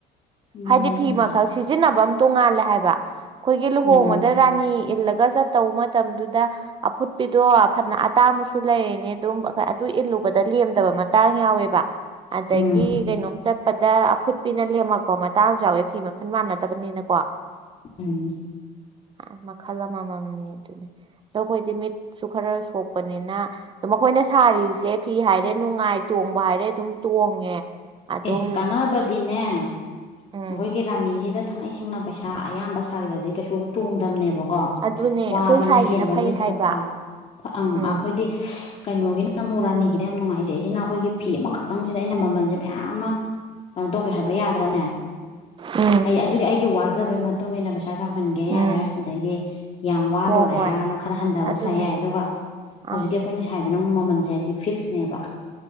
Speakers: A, on the left; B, on the right.
A: ꯃꯥꯅꯦ
B: ꯍꯥꯏꯗꯤ
A: ꯑꯗꯨꯕꯨꯗꯤ
B: ꯐꯤ ꯃꯈꯜ ꯁꯤꯖꯤꯟꯅꯕ ꯑꯃ ꯇꯣꯡꯉꯥꯜꯂꯦ ꯍꯥꯏꯕ ꯑꯩꯈꯣꯏꯒꯤ ꯂꯨꯍꯣꯡꯕꯗ
A: ꯎꯝ
B: ꯔꯥꯅꯤ ꯏꯜ ꯆꯧꯕ ꯃꯇꯝꯗꯨꯗ ꯑꯐꯨꯠꯄꯤꯗꯣ ꯐꯅ ꯑꯇꯥꯡꯕꯁꯨ ꯂꯩꯔꯤꯅꯤ ꯑꯗꯨꯝ ꯨꯕꯗ ꯂꯗꯕ ꯃꯇꯥꯡ ꯌꯥꯎꯋꯦꯕ ꯑꯗꯒꯤ
A: ꯎꯝ
B: ꯀꯩꯅꯣꯝ ꯆꯠꯄꯗ ꯑꯐꯨꯠꯄꯤꯅ ꯀꯣ ꯃꯇꯥꯡꯁꯨ ꯌꯥꯎꯋꯦ ꯐꯤ ꯃꯈꯜ ꯃꯥꯟꯅꯗꯕꯅꯤꯅ ꯀꯣ
A: ꯎꯝ
B: ꯑꯃ ꯈꯜ ꯃꯃꯝꯅꯤ
A: <unintelligible>
B: ꯑꯗꯣ ꯑꯩꯈꯣꯏꯗꯤ ꯃꯤꯠꯁꯨ ꯈꯔ ꯁꯣꯛꯄꯅꯤꯅ ꯑꯗꯣ ꯃꯈꯣꯏꯅ ꯁꯥꯔꯤꯁꯦ ꯐꯤ ꯍꯥꯏꯔꯦ ꯅꯨꯡꯉꯥꯏꯇꯣꯛ ꯇꯣꯡꯕ ꯍꯥꯏꯔꯦ ꯑꯗꯨꯝ ꯇꯣꯡꯉꯦ ꯑꯗꯨꯝ
A: ꯑꯦ ꯀꯥꯟꯅꯕꯗꯤꯅꯦ ꯑꯩꯈꯣꯏꯒꯤ
B: ꯎꯝ
A: ꯔꯥꯅꯤꯁꯤꯅ ꯑꯪ ꯏꯁꯤꯡꯅ ꯄꯩꯁꯥ ꯑꯌꯥꯝꯕ ꯁꯥꯒꯗꯕꯗꯤ ꯀꯩꯁꯨ ꯇꯣꯡꯗꯕꯅꯦꯕꯣ ꯀꯣ
B: ꯑꯗꯨꯅꯦ
A: ꯋꯥꯕꯅ
B: ꯑꯩꯈꯣꯏ ꯁꯥꯏꯁꯤꯅ
A: ꯍꯦꯟꯕ
B: ꯐꯩ
A: ꯃꯤꯠ
B: ꯍꯥꯏꯕ
A: ꯁꯣꯛꯄ ꯑꯪ
B: ꯎꯝ
A: ꯑꯩꯈꯣꯏꯗꯤ ꯀꯩꯅꯣꯒꯤ ꯃꯨꯔꯥꯅꯤꯒꯤꯗ ꯌꯥꯝ ꯅꯨꯡꯉꯥꯏꯖꯩꯁꯤꯅ ꯑꯩꯈꯣꯏꯒꯤ ꯐꯤ ꯑꯃꯈꯛꯇꯪꯁꯤꯗ ꯑꯩꯅ ꯃꯃꯜꯁꯦ ꯃꯌꯥꯝ ꯀꯩꯅꯣ ꯇꯧꯒꯦ ꯍꯥꯏꯕ ꯌꯥꯗ꯭ꯔꯅꯦ
B: ꯎꯝ
A: ꯑꯩ ꯑꯗꯨꯗꯤ ꯑꯩꯒꯤ ꯋꯥꯖꯕꯩ ꯃꯇꯨꯡ ꯏꯟꯅ ꯈꯔ ꯆꯥꯎꯍꯟꯒꯦ
B: ꯎꯝ
A: ꯌꯥꯔꯦ ꯑꯗꯒꯤ ꯌꯥꯝ ꯋꯥꯗꯣꯔꯦ
B: ꯍꯣ ꯍꯣꯏ
A: ꯍꯥꯏꯔꯒꯅ ꯈꯔ ꯍꯟꯊꯕꯁꯨ
B: ꯑꯗꯨꯅꯦ
A: ꯌꯥꯏ ꯑꯗꯨꯒ
B: ꯑꯥ
A: ꯍꯧꯖꯤꯛꯀꯤ ꯑꯩꯈꯣꯏꯅ ꯁꯥꯏꯗꯅ ꯑꯃꯨꯛ ꯃꯃꯜꯁꯦ ꯍꯥꯏꯗꯤ ꯐꯤꯛꯁꯅꯦꯕ